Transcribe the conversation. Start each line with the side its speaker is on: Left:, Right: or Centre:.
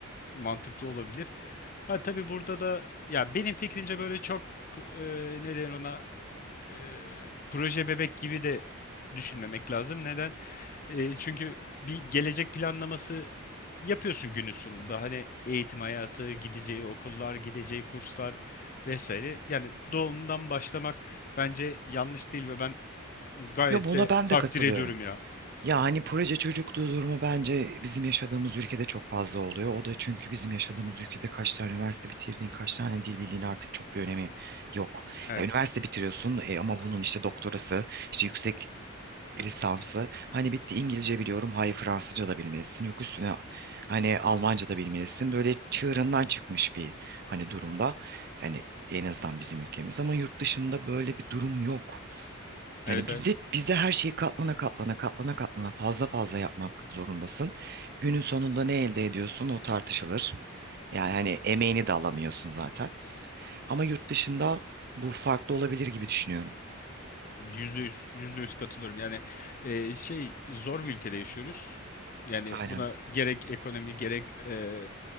Left: mantıklı olabilir. Ha tabii burada da ya benim fikrimce böyle çok e, ne denir ona e, proje bebek gibi de düşünmemek lazım. Neden? E, çünkü bir gelecek planlaması yapıyorsun günün sonunda. Hani eğitim hayatı, gideceği okullar, gideceği kurslar vesaire. Yani doğumdan başlamak bence yanlış değil ve ben gayet
Right: Ya buna
Left: de
Right: ben
Left: takdir
Right: de katılıyorum.
Left: ediyorum ya.
Right: Ya hani proje çocukluğu durumu bence bizim yaşadığımız ülkede çok fazla oluyor. O da çünkü bizim yaşadığımız ülkede kaç tane üniversite bitirdiğin, kaç tane dil bildiğin artık çok bir önemi yok.
Left: Evet.
Right: Ya üniversite bitiriyorsun e, ama bunun işte doktorası, işte yüksek lisansı. Hani bitti İngilizce biliyorum, hayır Fransızca da bilmelisin. Yok üstüne hani Almanca da bilmelisin. Böyle çığırından çıkmış bir hani durumda. Yani en azından bizim ülkemiz ama yurt dışında böyle bir durum yok.
Left: Evet,
Right: Yani bizde
Left: evet.
Right: bizde her şeyi katlana katlana katlana katlana fazla fazla yapmak zorundasın. Günün sonunda ne elde ediyorsun o tartışılır. Yani hani emeğini de alamıyorsun zaten. Ama yurt dışında bu farklı olabilir gibi düşünüyorum.
Left: Yüzde yüz, yüzde yüz katılıyorum. Yani e, şey zor bir ülkede yaşıyoruz. Yani
Right: Aynen.
Left: buna gerek ekonomi, gerek e,